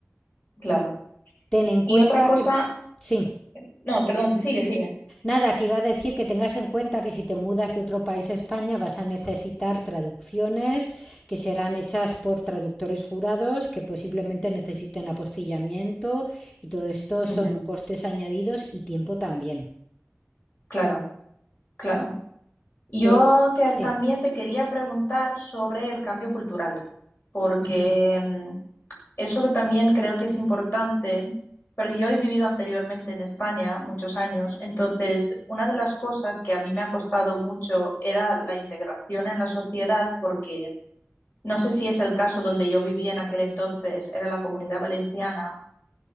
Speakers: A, on the left (about 45°); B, on the left (about 20°).
A: claro.
B: Ten en cuenta
A: Y otra cosa,
B: que... Sí.
A: no, perdón, sigue, sigue.
B: Nada, que iba a decir que tengas en cuenta que si te mudas de otro país a España vas a necesitar traducciones que serán hechas por traductores jurados que posiblemente necesiten apostillamiento y todo esto
A: Ujú,
B: son costes añadidos y tiempo también.
A: Claro, claro. Yo
B: Que
A: que
B: sí.
A: también te quería preguntar sobre el cambio cultural, porque
B: ujú.
A: mm, eso que también creo que es importante, porque yo he vivido anteriormente en España muchos años, entonces una de las cosas que a mí me ha costado mucho era la integración en la sociedad, porque no sé si es el caso donde yo vivía en aquel entonces, era la Comunidad Valenciana.